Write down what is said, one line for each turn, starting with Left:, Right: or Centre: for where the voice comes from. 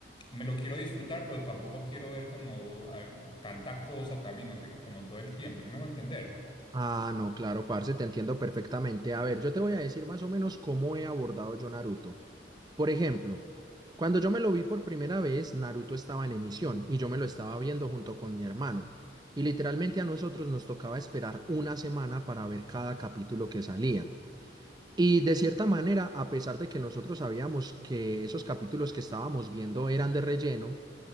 Left: Me lo quiero disfrutar, pero tampoco quiero ver como ah, tanta cosa también. No tengo como todo el tiempo, ¿sí me hago entender?
Right: Ah, no, claro, parce, te entiendo perfectamente. A ver, yo te voy a decir más o menos cómo he abordado yo Naruto. Por ejemplo, cuando yo me lo vi por primera vez, Naruto estaba en emisión y yo me lo estaba viendo junto con mi hermano. Y literalmente a nosotros nos tocaba esperar una semana para ver cada capítulo que salía. Y de cierta manera, a pesar de que nosotros sabíamos que esos capítulos que estábamos viendo eran de relleno,